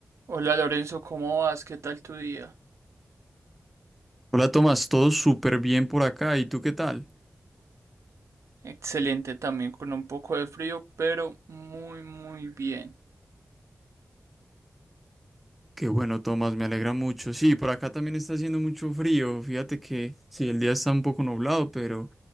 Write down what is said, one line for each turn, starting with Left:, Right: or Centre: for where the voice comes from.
Right: Hola Lorenzo, ¿cómo vas? ¿Qué tal tu día?
Centre: Hola Tomás, todo súper bien por acá. ¿Y tú qué tal?
Right: Excelente también, con un poco de frío, pero muy, muy bien.
Centre: Qué bueno, Tomás, me alegra mucho. Sí, por acá también está haciendo mucho frío. Fíjate que sí, el día está un poco nublado, pero